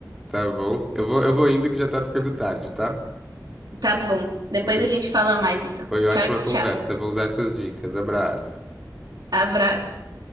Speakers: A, in the centre; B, on the right.
A: Tá bom. Eu vou, eu vou indo que já tá ficando tarde, tá?
B: Tá bom. Depois
A: Mas
B: a gente fala mais, então.
A: foi ótima
B: Tchau,
A: conversa.
B: tchau.
A: Vou usar essas dicas. Abraço.
B: Abraço.